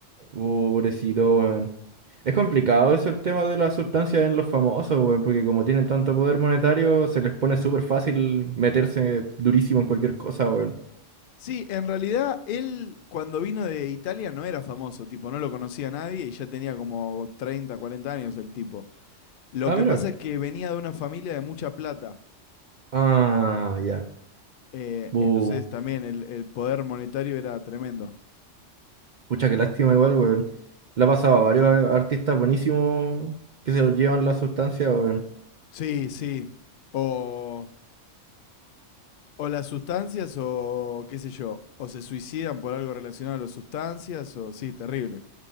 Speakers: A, on the right; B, on the left.
A: Pobrecito, weón. Es complicado eso el tema de las sustancias en los famosos, weón, porque como tienen tanto poder monetario, se les pone súper fácil meterse durísimo en cualquier cosa, weón.
B: Sí, en realidad él cuando vino de Italia no era famoso, tipo, no lo conocía nadie y ya tenía como 30, 40 años el tipo. Lo
A: Ah,
B: que
A: mira.
B: pasa es que venía de una familia de mucha plata,
A: Ah, ya.
B: eh,
A: Bu.
B: entonces también el, el poder monetario era tremendo.
A: Pucha, qué lástima igual, weón. Le ha pasado a varios a- artistas buenísimos que se los llevan las sustancias, weón.
B: Sí, sí. O, o las sustancias o qué sé yo, o se suicidan por algo relacionado a las sustancias, o sí, terrible.